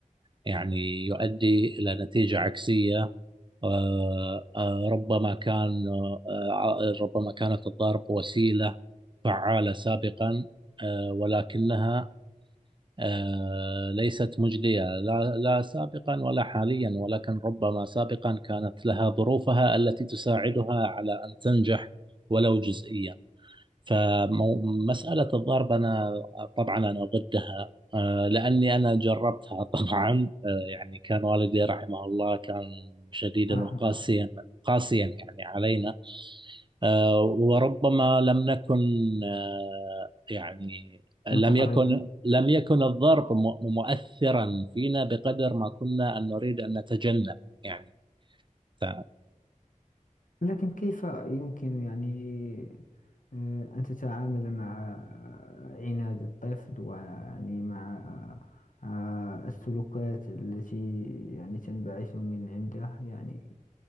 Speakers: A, on the right; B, on the left.
A: يعني يؤدي إلى نتيجة عكسية آه، آه، ربما كان آه، ربما كانت الضرب وسيلة فعالة سابقا آه، ولكنها آه، ليست مجدية لا لا سابقا ولا حاليا ولكن ربما سابقا كانت لها ظروفها التي تساعدها على أن تنجح ولو جزئيا فمسألة الضرب أنا طبعا أنا ضدها آه، لأني أنا جربتها <laughs> طبعا آه، يعني كان والدي رحمه الله كان شديدا
B: رحم
A: وقاسيا
B: الله
A: قاسيا يعني علينا آه، وربما لم نكن آه، يعني لم
B: متقربون
A: يكن لم يكن الضرب مؤ- مؤثرا فينا بقدر ما كنا أن نريد أن نتجنب يعني ف-
B: لكن كيف يمكن يعني آه، أن تتعامل مع آه، عناد الطفل ويعني مع آه، السلوكات التي يعني تنبعث من عنده يعني